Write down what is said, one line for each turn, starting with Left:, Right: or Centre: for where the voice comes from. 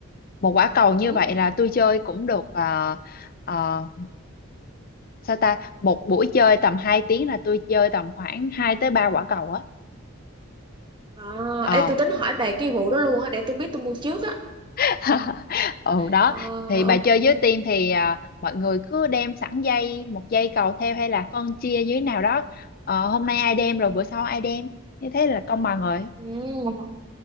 Left: một quả cầu như
Right: ừ?
Left: vậy là tôi chơi cũng được uh, sao ta một buổi chơi tầm 2 tiếng là tôi chơi tầm khoảng 2 tới 3 quả cầu á
Right: À,
Left: ờ
Right: ê, tôi tính hỏi bà cái vụ đó luôn á để tôi biết tôi mua trước á
Left: <laughs> ừ đó
Right: Ờ,
Left: thì bà
Right: ok
Left: chơi với team thì à, mọi người cứ đem sẵn dây một dây cầu theo hay là phân chia như thế nào đó Ờ, hôm nay ai đem rồi bữa sau ai đem như thế là công bằng rồi
Right: ừ.